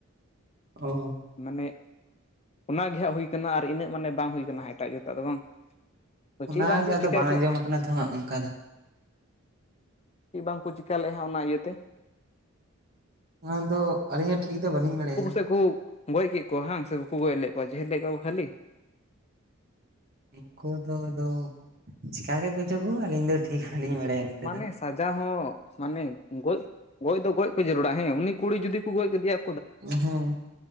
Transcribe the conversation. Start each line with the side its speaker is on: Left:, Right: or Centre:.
Right: ᱚ
Left: ᱢᱟᱱᱮ ᱚᱱᱟᱜᱮ ᱦᱟᱸᱜ ᱦᱩᱭ ᱠᱟᱱᱟ ᱟᱨ ᱤᱱᱟᱹᱜ ᱢᱟᱱᱮ ᱵᱟᱝ ᱦᱩᱭ ᱠᱟᱱᱟ ᱮᱴᱟᱜ ᱡᱟᱹᱛᱟᱜ ᱫᱚ ᱵᱟᱝ ᱛᱚ
Right: ᱚᱱᱟᱜᱮ
Left: ᱪᱮᱫ ᱵᱟᱝᱠᱚ
Right: ᱟᱫᱚ
Left: ᱪᱤᱠᱟ
Right: ᱵᱟᱝ ᱟᱸᱡᱚᱢ ᱟᱠᱟᱱᱟ ᱛᱚ ᱚᱱᱠᱟ ᱫᱚ
Left: ᱪᱮᱫ ᱵᱟᱝᱠᱚ ᱪᱤᱠᱠᱟ ᱞᱮᱫᱼᱟ ᱚᱱᱟ ᱤᱭᱟᱹᱛᱮ
Right: ᱚᱱᱟ ᱫᱚ ᱟᱹᱞᱤᱧᱟᱜ ᱴᱷᱤᱠ ᱫᱚ ᱵᱟᱹᱞᱤᱧ ᱵᱟᱲᱟᱭᱟ
Left: ᱞᱮᱩ <unintelligible> ᱜᱚᱡ ᱠᱮᱫ ᱠᱚᱣᱟ ᱵᱟᱝ ᱥᱮ ᱵᱟᱠᱚ ᱜᱚᱡ ᱞᱮᱫ ᱠᱚᱣᱟ ᱡᱮᱦᱮᱞ ᱞᱮᱫ ᱠᱚᱣᱟ ᱠᱚ ᱠᱷᱟᱹᱞᱤ
Right: ᱩᱱᱠᱩ ᱫᱚ ᱟᱫᱚ ᱪᱤᱠᱟ ᱜᱮ ᱜᱚᱡᱚ ᱠᱚ ᱟᱹᱞᱤᱧ ᱫᱚ ᱴᱷᱤᱠ ᱦᱚᱸᱞᱤᱧ ᱵᱟᱲᱟᱭᱟ ᱱᱚᱛᱮ
Left: ᱢᱟᱱᱮᱥ
Right: ᱫᱚ᱾
Left: ᱥᱟᱡᱟ ᱦᱚ ᱢᱟᱱᱮ ᱜᱚᱡ ᱜᱚᱡ ᱫᱚ ᱜᱚᱡ ᱠᱚ ᱡᱟᱹᱨᱩᱲᱟ ᱦᱮᱸ ᱩᱱᱤ ᱠᱩᱲᱤ ᱡᱩᱫᱤ ᱠᱚ ᱜᱚᱡ ᱠᱮᱫᱮᱭᱟ‌
Right: ᱦᱮᱸ